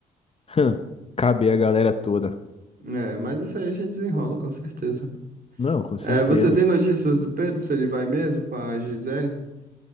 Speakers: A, on the left; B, on the right.
A: <laughs> caber a galera toda.
B: É, mas isso aí a gente desenrola, com certeza.
A: Não, com certeza.
B: É, você tem notícias do Pedro, se ele vai mesmo com a Gisele?